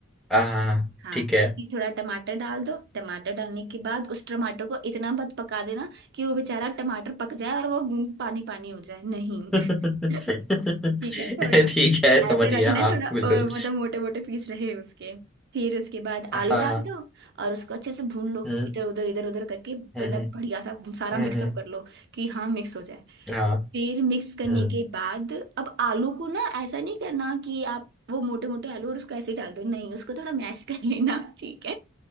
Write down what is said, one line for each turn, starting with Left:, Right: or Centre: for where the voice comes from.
Centre: हाँ
Right: हाँ
Centre: ठीक है
Right: फिर थोड़ा टमाटर डाल दो टमाटर डालने के बाद उस टमाटर को इतना मत पका देना कि वो बेचारा टमाटर पक जाए और वो पानी पानी हो जाए नहीं <laughs>
Centre: <laughs> ठीक
Right: ठीक है थोड़ा
Centre: है समझ
Right: ऐसे रखना
Centre: गया हाँ
Right: है थोड़ा अ,
Centre: बिल्कुल
Right: मतलब मोटे मोटे पीस रहे उसके फिर उसके बाद
Centre: हाँ
Right: आलू डाल
Centre: हाँ
Right: दो और उसको अच्छे से भून लो
Centre: हम्म
Right: इधर उधर इधर उधर करके मतलब
Centre: हम्म हम्म
Right: बढ़िया सा सारा
Centre: हम्म,
Right: मिक्सअप
Centre: हम्म।
Right: कर लो कि हाँ मिक्स हो जाए
Centre: हाँ
Right: फिर मिक्स करने
Centre: हम्म
Right: के बाद अब आलू को ना ऐसा नहीं करना कि आप वो मोटे मोटे आलू और उसको ऐसे ही डाल दो नहीं उसको थोड़ा मैश कर लेना ठीक